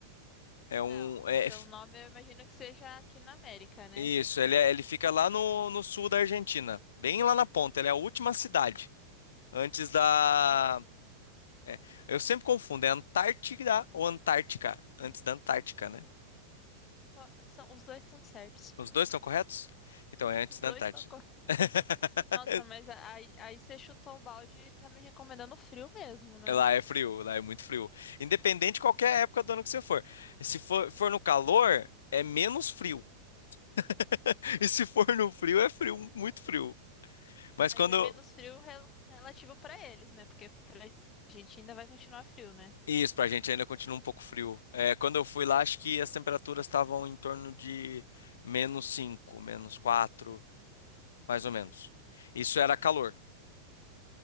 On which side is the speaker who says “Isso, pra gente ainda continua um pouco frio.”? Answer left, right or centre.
Left